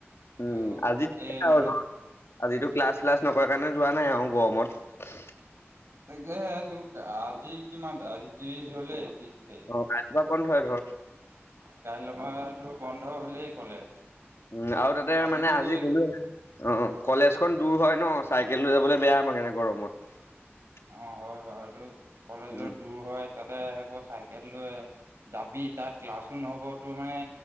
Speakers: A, on the left (about 70°); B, on the right (about 80°).
A: উম
B: তো
A: আজি <unintelligible>
B: এই
A: আজিতো ক্লাছ চিলাছ নকৰাৰ কাৰণে যোৱা নাই আৰু গৰমত
B: তাকেহে দুখ আজি কিমান আজি ত্ৰিশ হ'লে ত্ৰিশ তাৰিখ
A: অ', কাইলৰপা বন্ধই ধৰ
B: কাইলৈপাটো বন্ধ হ'লেই কলেজ
A: উম আৰু তাতে
B: আজিনো
A: মানে আজি
B: গৈ
A: গলো অ', কলেজখন দূৰ হয় ন' চাইকেল লৈ যাবলৈ বেয়া মানে গৰমত
B: অ', হয় বাৰু এইটো কলেজত
A: উম
B: দূৰ হয় তাতে আকৌ চাইকেল লৈ যাবি তাত ক্লাছো নহ'ব তোৰ মানে